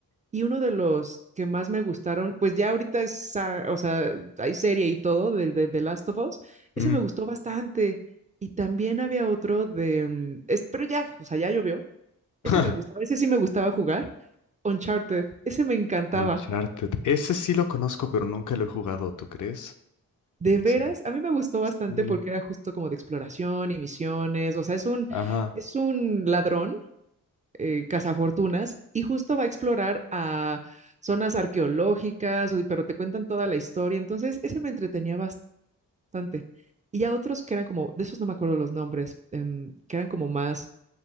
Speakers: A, on the right; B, on the left.
A: y uno de los que más me gustaron, pues ya ahorita es, ah, o sea, hay serie y todo del de The Last of Us,
B: Mm.
A: ese me gustó bastante. Y también había otro de, mm, es, pero ya, o sea, ya llovió.
B: <laughs>
A: Ese me gustaba, ese sí me gustaba jugar. Uncharted, ese me encantaba.
B: Uncharted. Ese sí lo conozco, pero nunca lo he jugado, ¿tú crees?
A: De
B: Ese.
A: veras, a mí me gustó bastante
B: Sí.
A: porque era justo como de exploración y misiones, o sea, es un,
B: Ajá.
A: es un ladrón eh, cazafortunas y justo va a explorar a zonas arqueológicas, pero te cuentan toda la historia. Entonces, ese me entretenía bastante. Y ya otros que eran como, de esos no me acuerdo los nombres, em, que eran como más